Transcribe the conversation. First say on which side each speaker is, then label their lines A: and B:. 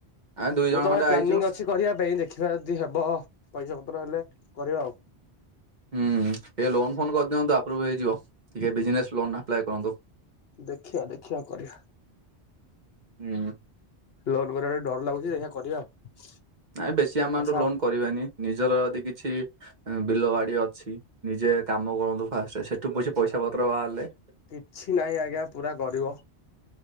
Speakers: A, on the right; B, on the left.
A: ଆମେ ଦୁଇ ଜଣ
B: ମୁଁ ତ
A: ଖଣ୍ଡେ
B: ପ୍ଲାନିଂ
A: ଆଇଛୁ
B: ଅଛି କରିବା ପାଇଁ ଦେଖିବା ଯଦି ହେବ ପଇସା ପତ୍ର ହେଲେ କରିବା ଆଉ।
A: ହୁଁ ଟିକେ ଲୋନ୍ ଫୋନ୍ କରିଦିଅନ୍ତୁ, ଆପ୍ରୁଭ୍ ହେଇଯିବ। ଟିକେ ବିଜନେସ୍ ଲୋନ୍ ଆପ୍ଲାଏ କରନ୍ତୁ।
B: ଦେଖିଆ ଦେଖିଆ କରିବା।
A: ହୁଁ।
B: ଲୋନ୍ କରିବା ଡର ଲାଗୁଚି ଦେଖିଆ କରିବା ଆଉ।
A: ନାଇଁ ବେଶୀ ଆମାଉଣ୍ଟ
B: ଆଚ୍ଛା
A: ଲୋନ୍ କରିବାନି ନିଜର ଯଦି କିଛି ବିଲ ବାଡି ଅଛି। ନିଜେ କାମ କରନ୍ତୁ ଫାଷ୍ଟ ସେଠୁ ପସେ ପଇସା ପତ୍ର ବାହାରିଲେ
B: କିଛି ନାହିଁ ଆଜ୍ଞା ପୁରା ଗରିବ।